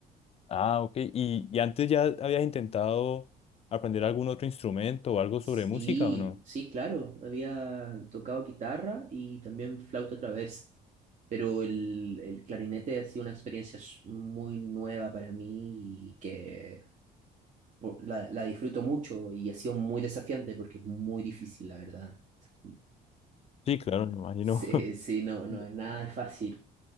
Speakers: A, on the left; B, on the right.
A: Ah, ok, y, y antes ya habías intentado aprender algún otro instrumento o algo
B: Sí,
A: sobre música, ¿o no?
B: sí, claro. Había tocado guitarra y también flauta traversa. Pero el, el clarinete ha sido una experiencia s- muy nueva para mí y que po- la, la disfruto mucho y ha sido muy desafiante porque es muy difícil, la verdad. <laughs>
A: Sí, claro, me imagino.
B: Sí,
A: <laughs>
B: sí, no, no, nada es fácil.